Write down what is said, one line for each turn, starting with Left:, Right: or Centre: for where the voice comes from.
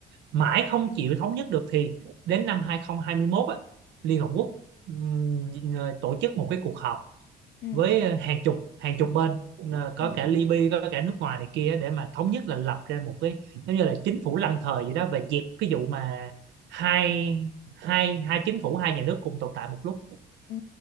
Right: mãi không chịu thống nhất được thì đến năm 2021 á, Liên Hợp Quốc ừm, tổ chức một cái cuộc họp
Left: ừ
Right: với ờ, hàng chục hàng chục bên ờ, có
Left: Ừ.
Right: cả Libya có cả nước ngoài này kia để mà thống nhất là lập ra một cái giống như là chính phủ lâm thời vậy đó và dẹp cái vụ mà hai hai hai chính phủ hai nhà nước cùng tồn tại một lúc
Left: Ừ.